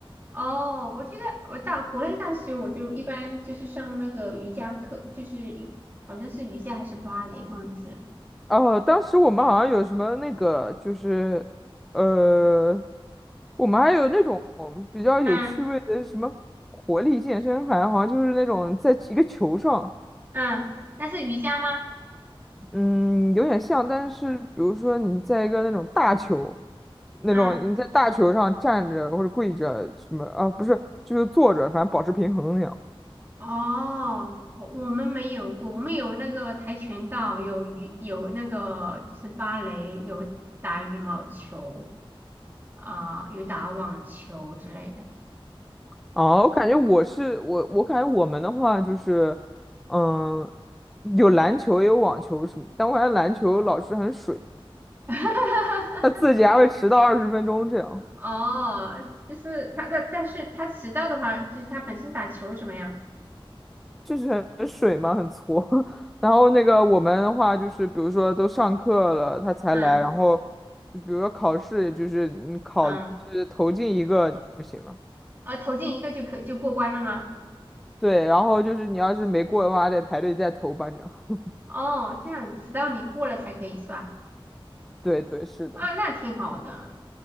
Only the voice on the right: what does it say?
哦，我觉得我到国内大学，我就一般就是上那个瑜伽课，就是瑜好像是瑜伽还是芭蕾，忘记了。
嗯
嗯，那是瑜伽吗？
嗯。
哦，我我们没有过，我们有那个跆拳道，有羽有那个就是芭蕾，有打羽毛球啊、有打网球之类的。
<laughs>
哦，就是他，但但是他迟到的话，就是他本身打球怎么样？
嗯
嗯，啊，投进一个就可就过关了吗？
哦，这样直到你过了才可以是吧？
啊，那挺好的，